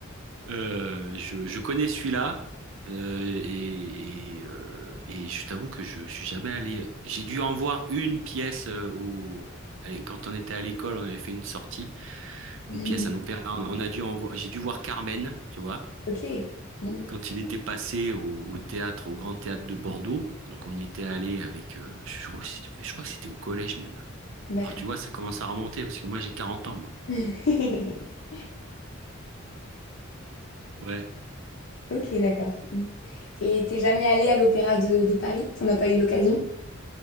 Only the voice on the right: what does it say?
euh, je, je connais celui-là, euh, et, et, euh, et je t'avoue que je suis jamais allé... J'ai dû en voir une pièce euh, au... Allez, quand on était à l'école, on avait fait une sortie.
une pièce, un opéra. On a dû en vo- j'ai dû voir Carmen, tu vois,
quand il était passé au, au théâtre, au Grand Théâtre de Bordeaux. Donc on y était allé avec, euh, je crois que c'était, je crois que c'était au collège même.
Alors tu vois, ça commence à remonter parce que moi j'ai quarante ans, moi.
Ouais.